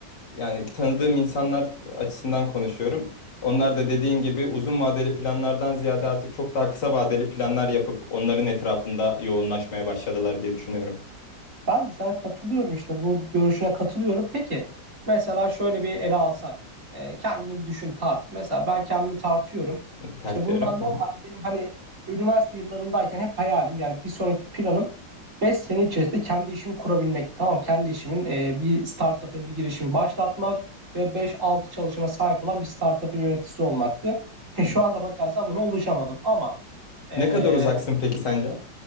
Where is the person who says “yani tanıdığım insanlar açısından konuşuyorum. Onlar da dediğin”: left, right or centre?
Left